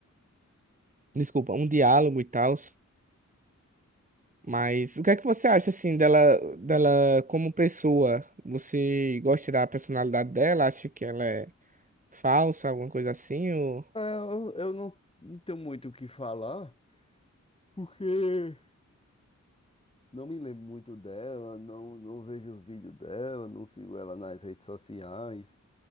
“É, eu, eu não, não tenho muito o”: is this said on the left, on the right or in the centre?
Left